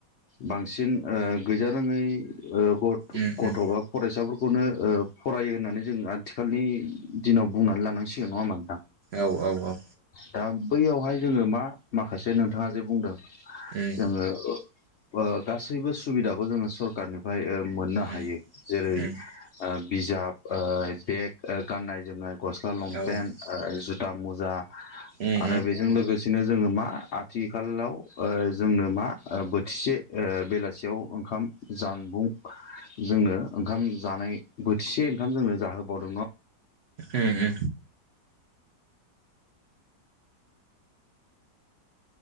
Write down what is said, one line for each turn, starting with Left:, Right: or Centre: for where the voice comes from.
Left: बांसिन ओ गैजारोङै ओ गथ
Right: उम
Left: गथ'
Right: उम
Left: बा फरायसा <unintelligible> फोरनो ओ फरायो होननानै जोङो आद थिखालनि दिनाव बुंनानै लानांसिगोन नङा होनबा नोंथां?
Right: औ औ औ।
Left: दा बैयावहाय जोङो मा माखासे नोंथाङा जे बुंदों
Right: उम
Left: जोङो ओ ओ गासैबो सुबिदाखौ जोङो सरकारनिफ्राय ओ मोननो
Right: उम
Left: हायो जेरै
Right: उम
Left: ओम बिजाब, ओ बेग, ओ गाननाय जोमनाय गस्ला लंपेन्ट,
Right: औ उम
Left: ओ जुथ था मुजा आरो
Right: उम
Left: बेजों लोगोस दिनो जोङो मा आथिलाव ओ जोंनो मा ओ बोथिसे ओ बेलासेयाव ओंखाम जानबुं जोंनो ओंखाम जानाय बोथिसे ओंखाम जोङो जाहो <unintelligible>
Right: उ उ